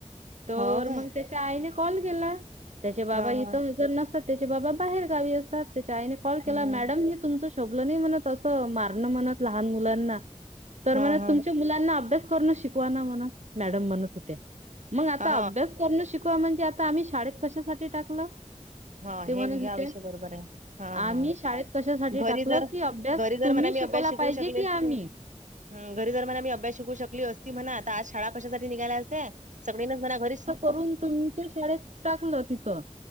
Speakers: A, on the right; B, on the right.
A: तर
B: हो का?
A: मग त्याच्या आईने कॉल केला. त्याचे बाबा
B: हां, हां.
A: इथं हजर नसतात त्याचे बाबा बाहेर गावी असतात त्याच्या आईने कॉल
B: हं.
A: केला मॅडम. हे तुमच शोभल नाही असं मारन म्हणत अस लहान मुलांना तर
B: हां,
A: म्हणत
B: हां.
A: तुमचे. तुम्ही मुलांना अभ्यास करण शिकवा ना म्हण मॅडम म्हणत होत्या मग आता
B: हां,
A: अभ्यास. करण शिकवा म्हणजे आता आम्ही शाळेत कशासाठी टाकलं
B: हा हे
A: ते म्हणत होते.
B: हा विषय बरोबर आहे. हा
A: आम्ही
B: हा
A: शाळेत कशासाठी
B: घरी
A: टाकलं
B: जर
A: की अभ्यास
B: घरी जर
A: तुम्ही
B: म्हणा मी
A: शिकवला
B: अभ्यास शिक <inaudible> शिकवू
A: पाहिजे
B: शकले
A: की
B: असते
A: आम्ही.
B: ह घरी जर म्हणा अभ्यास शिकवू शकली असती. म्हणा आता आज शाळा कशासाठी निघाल्या हायत ते सगळी न म्हणा घरीच
A: करुन तुमच्या शाळेत टाकलं तिथं